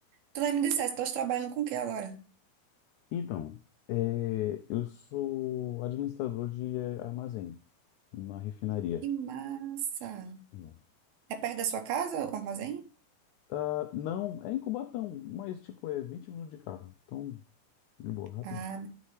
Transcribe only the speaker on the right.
tu nem me disseste, tu estás trabalhando com o que agora?
Que massa!
É perto da sua casa, o armazém?
Ah,